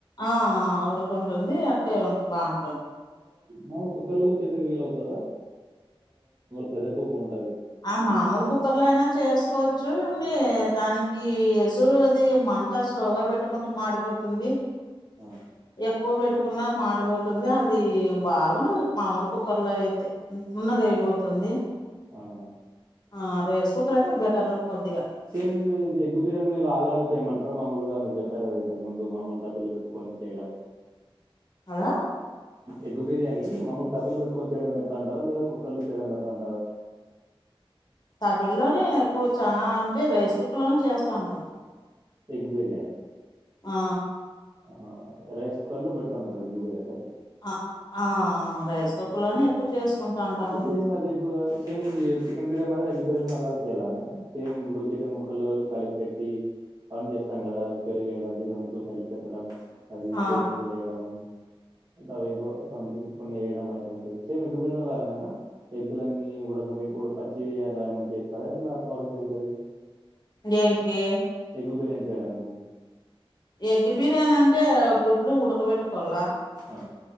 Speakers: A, on the left; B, on the right.
A: ఆ ఆ ఉడుకుం టుందీ అట్లే ఉం బాగుం
B: మా కుక్కర్లో కొం వీలుఅవుతద ప్రెజర్ కు <unintelligible>
A: ఆ మామూలు కుక్కర్లో అయినా చేసుకోవచ్చు అండి దానికి ఎసురు అది ఇది మంట స్లోగా పెట్టుకుంటే మాడిపోతుంది
B: ఆ!
A: ఎక్కువ పెట్టకు ఉన్న మాడిపోతుంది అది ది బాగుండదు మామూలు కుక్కర్లో అయితే ది ఉన్నది అయిపోతుంది
B: ఆహా!
A: ఆ రైస్ కుక్కర్ అయితే బెటర్ కొద్దిగా
B: సేమ్ ఇది ఎగ్గు బిర్యానీ ఆళ్లనే చేయమంట ఇ మామూలుగా మీరు చెప్పారు కదా ఇంతకు ముందు మామూలు తప్పిళ్లు పెట్టుకొని చేయడం
A: హలో
B: ఎగ్ బిర్యానీ మమ్మల్ని తప్పిళ్ళు పెట్టుకొని చేయడం బెటర్ అంటారా లేదా కుక్కర్ లో చేయడం బెటర్ అంటారా
A: తప్పిల్లోనే ఎక్కువ చానా అంటే రైస్ కుక్కర్ లోను చేస్తా ఉంటా
B: ఎగ్ బిర్యానీ
A: ఆ
B: ఆ రైస్ కుక్కర్ లో బెడుత ఉంటారు ఎగ్ బిర్యాని
A: అ ఆ రైస్ కుక్కర్
B: ఓకే
A: లోనే ఎక్కువ చేసుకుంటా ఉంటాము
B: అండి సేమ్ అది గో సేమ్ చికెన్ బిర్యానీ మాదిరి ఎగ్ బిర్యానీ అలాగే చేయ్యాలండి సేమ్ ఇప్పుడు చికెన్ ముక్కలు కలిపిపెట్టి పని చేస్తాం కదా పెరు గేయడం చికెన్ ముక్కలు కలిపిపెట్టడం అది
A: ఆ
B: కోత్మీర వేయడం అవేంటివో సంథంగ్ కొన్ని ఏయడం సేమ్ ఎగ్ బిర్యాని లాగానా ఎగ్గులన్నీ ఉడక పెట్టి ఉడక పచ్చి అలా ఏమ చేస్తారా ఎట్లా ప్రాసెస్ ఏంటది
A: దేంటికి
B: ఎగ్ బిర్యాని చేయడానికి
A: ఎగ్ బిర్యానీ అంటే గుడ్లు ఉడకబెట్టు కొలా
B: ఆ!